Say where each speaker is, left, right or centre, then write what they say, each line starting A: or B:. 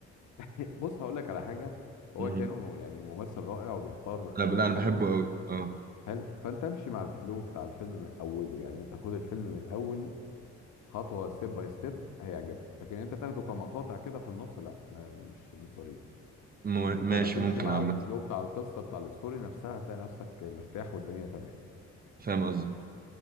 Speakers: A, on the left; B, on the right.
A: <laughs> بص هقول لك على حاجه هو
B: مم.
A: كيانو يعني ممثل رائع وبيختار
B: لا
A: افلام
B: لا، أنا
A: حلوه
B: بحبه أوي أه
A: حلو فانت امشي مع الفلو بتاع الفيلم من اوله يعني انت خد الفيلم من الاول خطوه ستيب باي ستيب هيعجبك لكن انت تاخده كمقاطع كده في النص لا ما مش مش ظريف
B: مو- ماشي
A: انت ما تمشي
B: ممكن
A: مع
B: عامة
A: الفلو بتاع القصه بتاع الستوري نفسها هتلاقي نفسك مرتاح والدنيا تمام
B: فاهم قصدك